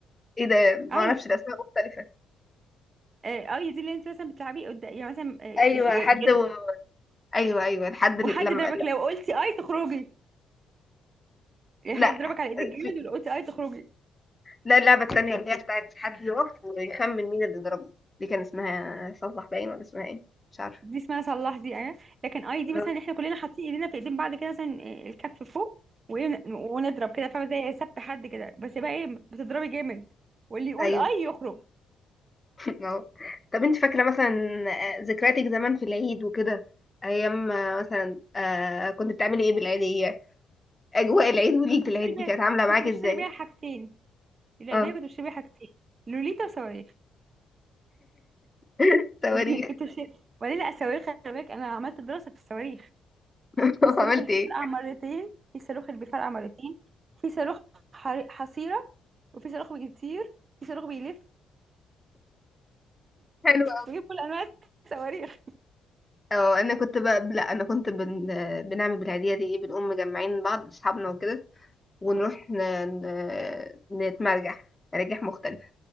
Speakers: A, on the left; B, on the right.
A: ايه ده معرفش
B: اي
A: الأسماء مختلفة
B: آه، اي دي اللي انت مثلا بتلعبي قدام يعني مثلا آه، ي-
A: ايوه
B: ي-
A: حد و... ايوه ايوه لحد
B: وحد
A: ال- لما
B: ضربك
A: لا
B: لو قلتي اي تخرجي يعني
A: لا
B: حد ضربك على ايدك جامد
A: في-
B: ولو قلتي اي تخرجي
A: لا اللعبه التانيه اللي هي بتاعت حد يقف ويخمن مين اللي ضربه دي كان اسمها صلح باين ولا اسمها ايه مش عارفه
B: دي اسمها صلاح دي اه لكن اي دي
A: آه،
B: مثلا احنا كلنا حاطين ايدينا في ايدين بعض كده مثلا آه، الكف فوق وإيه، ونضرب كده فاهمه زي سبت حد كده بس بقى ايه بتضربي جامد واللي يقول
A: ايوه
B: اي يخرج
A: <laughs> اه طب انت فاكره مثلا آه، ذكرياتك زمان في العيد وكده ايام آه، مثلا آه كنت بتعملي ايه بالعيديه اجواء العيد وليله
B: كنت بشتري
A: العيد
B: بيها
A: دي كانت عامله معاك
B: كنت بشتري
A: ازاي
B: بيها حاجتين العيدية
A: اه
B: كنت بشتري بيها حاجتين لوليتا وصواريخ
A: <laughs> صواريخ
B: <laughs> كنت بشتري وبعدين لا الصواريخ خلي بالك انا عملت دراسة في الصواريخ
A: <laughs>
B: في الصاروخ
A: عملت
B: اللي
A: ايه
B: بيفرقع مرتين في الصاروخ اللي بيفرقع مرتين في صاروخ حري- حصيرة وفي صاروخ بيطير في صاروخ بيلف
A: حلو
B: كنت بجيب كل انواع الصواريخ
A: اه انا كنت بقى لا انا كنت بن... بنعمل بالعيدية دي ايه بنقوم مجمعين بعض اصحابنا وكده ونروح ن... ن... نتمرجح مراجح مختلفة